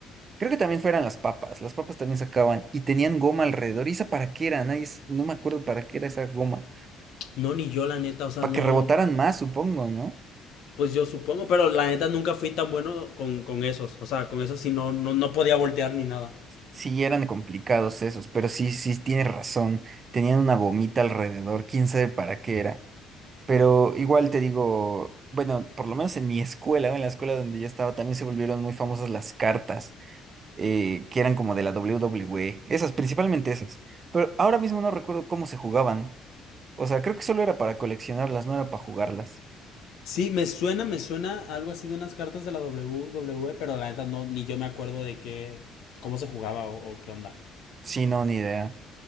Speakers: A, on the right; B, on the left.
A: Creo que también fueran las papas. Las papas también sacaban y tenían goma alrededor. ¿Y esa para qué era? Nadie, s- no me acuerdo para qué era esa goma.
B: No, ni yo, la neta, o sea,
A: Para
B: no.
A: que rebotaran más, supongo, ¿no?
B: Pues yo supongo, pero la neta nunca fui tan bueno con, con esos. O sea, con esos sí no, no, no podía voltear ni nada.
A: Sí, eran complicados esos, pero sí, sí, tienes razón. Tenían una gomita alrededor, quién sabe para qué era. Pero igual te digo, bueno, por lo menos en mi escuela, o en la escuela donde yo estaba, también se volvieron muy famosas las cartas, eh, que eran como de la WWE, esas, principalmente esas. Pero ahora mismo no recuerdo cómo se jugaban. O sea, creo que solo era para coleccionarlas, no era para jugarlas.
B: Sí, me suena, me suena algo así de unas cartas de la WWE, pero la neta no, ni yo me acuerdo de qué, cómo se jugaba o, o qué onda.
A: Sí, no, ni idea.